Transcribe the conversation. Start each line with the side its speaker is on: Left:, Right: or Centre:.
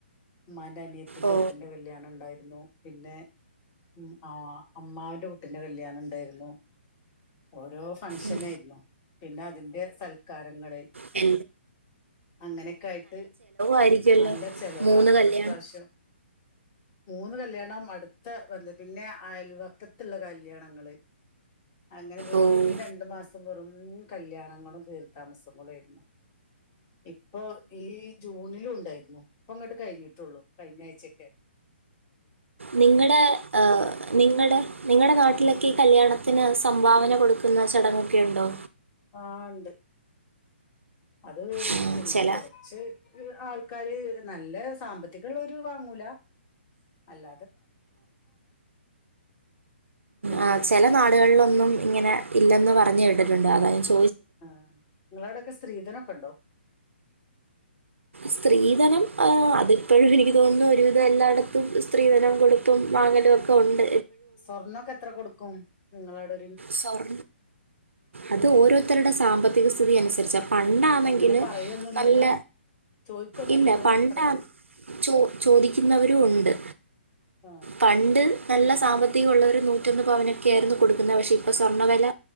Left: മ്മാന്റെ അനിയത്തിന്റെ
Right: ഓ
Left: കുട്ടിൻ്റെ കല്യാണംം ണ്ടേര്ന്നു പിന്നെ ഉം ആ അമ്മാവന്റെ കുട്ടിന്റെ കല്യാണം ണ്ടേര്ന്നു ഓരോ ഫങ്ഷനേര്ന്നു
Right: ഉം
Left: പിന്നെ അതിന്റെ സൽക്കാരങ്ങള്
Right: എ
Left: അങ്ങനൊക്കായിട്ട്
Right: ആയിരിക്കുവല്ലോ
Left: നല്ല ചെലവാ
Right: മൂന്ന്
Left: അപ്പൊ
Right: കല്യാണം
Left: ഇപ്രാശ്യം മൂന്ന് കല്യാണം അടുത്ത ബന്ധം പിന്നെ അയൽവക്കത്ത്ള്ള കല്യാണങ്ങള് അങ്ങനെ വെറും
Right: ഓ
Left: ഈ രണ്ടു മാസം വെറും കല്യാണങ്ങളും കേറിത്താമസങ്ങളേര്ന്നു ഇപ്പൊ ഈ ജൂണിലുംണ്ടേര്ന്നു ഇപ്പ ങ്ങട്ട് കഴിഞ്ട്ടൊള്ളൂ കഴിഞ്ഞ ആഴ്ചൊക്കെ
Right: നിങ്ങടെ നിങ്ങടെ നിങ്ങടെ നാട്ടിലൊക്കെഈ കല്യാണത്തിന് സം ഭാവന കൊടുക്കുന്ന ചടങ്ങൊക്കെ ണ്ടോ
Left: ആ ണ്ട് അത്
Right: ആ,
Left: പിന്നെ
Right: ചില
Left: കൊറച്ച് ആൾക്കാര് നല്ല സാമ്പത്തികള്ളോര് വാങ്ങൂല അല്ല പിന്നെ
Right: ആ ചെല നാടുകളിലൊന്നും ഇങ്ങനെ ഇല്ലെന്ന് പറഞ് കേട്ടിട്ടുണ്ട് അതാ ഞാൻ ചോ
Left: ആ നിങ്ങളോടെക്കെ സ്ത്രീധനൊക്കെ ണ്ടോ
Right: സ്ത്രീധനം അതിപ്പോഴും എനിക്ക് തോന്നുന്നു ഒരുവിധം എല്ലായിടത്തും സ്ത്രീധനം കൊട്ത്തും വാങ്ങ ങ്ങലൊക്കെ ഒണ്ട്
Left: സ്വർണൊക്കെ എത്ര കൊടുക്കും നിങ്ങളവടെ
Right: സ്വർ അത് ഓരോരുത്തരുടെ സാമ്പത്തിക സ്ഥിതിയനുസരിച്ച പണ്ടാന്നെങ്കില്
Left: അങ്ങനെ പറയൊന്നുമില്ലല്ലോ
Right: നല്ല
Left: ചോദിക്കൊന്നുമില്ലല്ലോ
Right: ഇല്ല പണ്ട്
Left: എത്ര വേണം
Right: ചോ ചോദിക്കുന്നവരും ഒണ്ട്
Left: ആ
Right: പണ്ട് നല്ല സാമ്പത്തികള്ളോര് നൂറ്റൊന്ന് പവനൊക്കായിരുന്നു കൊടുക്കുന്നത് പക്ഷേ ഇപ്പ സ്വർണ്ണവെല